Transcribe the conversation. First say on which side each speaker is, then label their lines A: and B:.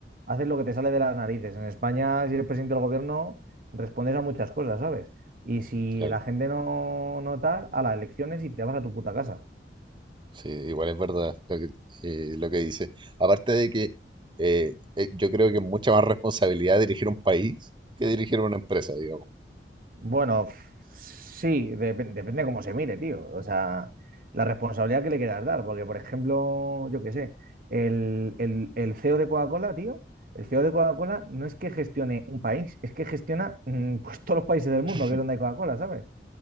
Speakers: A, on the right; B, on the right.
A: haces lo que te sale de las narices. En España, si eres presidente del gobierno, respondes a muchas cosas, ¿sabes? Y si
B: claro.
A: la gente no, no tal, a las elecciones y te vas a tu puta casa.
B: Sí, igual es verdad lo que, eh, lo que dice. Aparte de que eh, eh, yo creo que es mucha más responsabilidad dirigir un país que dirigir una empresa, digamos.
A: Bueno, f- sí, dep- depende de cómo se mire, tío. O sea, la responsabilidad que le quieras dar. Porque, por ejemplo, yo qué sé, el, el, el CEO de Coca-Cola, tío, el CEO de Coca-Cola no es que gestione un país, es que gestiona mm, pues todos los países del
B: <laughs>
A: mundo, que es donde hay Coca-Cola, ¿sabes?